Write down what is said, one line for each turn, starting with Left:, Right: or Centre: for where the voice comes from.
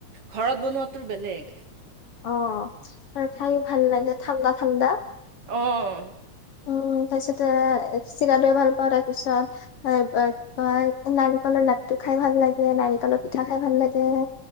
Right: ঘৰত বনোৱাটোৰ বেলেগ
Left: অ ত খায়ো ভাল লাগে ঠাণ্ডা ঠাণ্ডা
Right: অঁ
Left: উম তাৰপিছতে, চিৰা দৈ ভাল পাওঁ তাৰ পিছত এ ত নাৰিকলৰ লাড়ু টো খাই ভাল লাগে নাৰিকল। তেলত পিঠা খাই ভাল লাগে।